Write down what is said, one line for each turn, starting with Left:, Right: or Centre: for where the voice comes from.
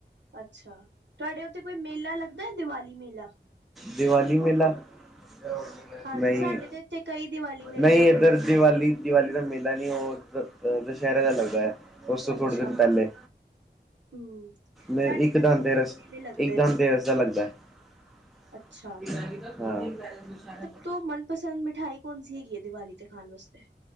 Right: ਅੱਛਾ ਤੁਹਾਡੇ ਉੱਥੇ ਕੋਈ ਮੇਲਾ ਲੱਗਦਾ ਦੀਵਾਲੀ ਮੇਲਾ।
Centre: ਦੀਵਾਲ਼ੀ ਮੇਲਾ <unintelligible>
Right: ਹਾਂਜੀ
Centre: ਨਹੀਂ-
Right: ਸਾਡੇ ਤੇ ਇੱਥੇ ਕਈ ਦੀਵਾਲੀ ਮੇਲੇ
Centre: ਨਹੀਂ
Right: ਲੱਗਦੇ
Centre: ਇੱਧਰ
Right: ਹੈ
Centre: ਦੀਵਾਲੀ ਦੀਵਾਲੀ ਦਾ ਮੇਲਾ ਨੀ ਉਹ ਦੁਸਹਿਰੇ ਦਾ ਲੱਗਦਾ ਹੈ ਉਸ ਤੋਂ
Right: ਅੱਛਾ
Centre: ਥੋੜੇ ਦਿਨ ਪਹਿਲੇ।
Right: ਹਮ।
Centre: ਮ
Right: ਸਾਡੇ
Centre: ਇੱਕਦਮ
Right: ਇੱਥੇ ਦੀਵਾਲੀ
Centre: ਤੇ ਰਸ
Right: ਮੇਲੇ ਲੱਗਦੇ
Centre: ਇੱਕਦਮ
Right: ਨੇ
Centre: ਤੇ ਰਸ ਦਾ ਲੱਗਦਾ ਹੈ ਹਾਂ।
Right: ਅੱਛਾ ਤੋ ਮਨਪਸੰਦ ਮਿਠਾਈ ਕੌਣ ਸੀ ਹੈਗੀ ਹੈ, ਦੀਵਾਲੀ ਤੇ ਖਾਣ ਵਾਸਤੇ